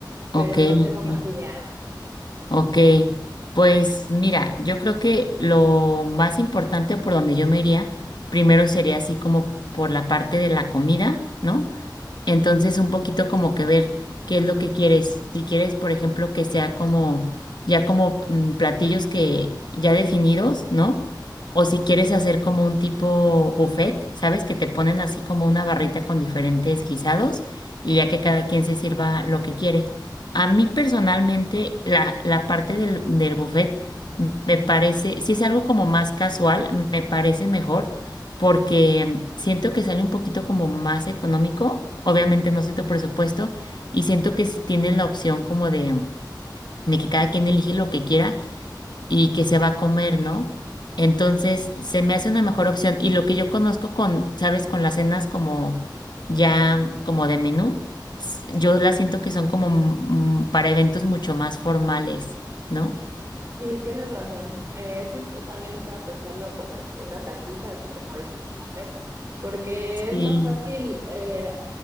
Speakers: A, on the right; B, on the left.
A: pero
B: ok,
A: no
B: ok.
A: tengo más idea.
B: ok. Pues mira, yo creo que lo más importante por donde yo me iría, primero sería así como por la parte de la comida, ¿no? Entonces, un poquito como que ver qué es lo que quieres. Si quieres, por ejemplo, que sea como ya como mm, platillos que ya definidos, ¿no? O si quieres hacer como un tipo buffet, ¿sabes? Que te ponen así como una barrita con diferentes guisados y ya que cada quien se sirva lo que quiere. A mí personalmente, la, la parte del, del buffet me parece, si es algo como más casual, me parece mejor porque siento que sale un poquito como más económico, obviamente no sé tu presupuesto, y siento que si tienes la opción como de, de que cada quien elige lo que quiera y que se va a comer, ¿no? Entonces se me hace una mejor opción y lo que yo conozco con, sabes, con las cenas como ya como de menú, s- yo las siento que son como mm, para eventos mucho más formales, ¿no?
A: Sí, tienes razón. Eh, justo también estaba pensando como en una taquiza, así como dices, un buffet, porque es
B: Sí,
A: más fácil eh,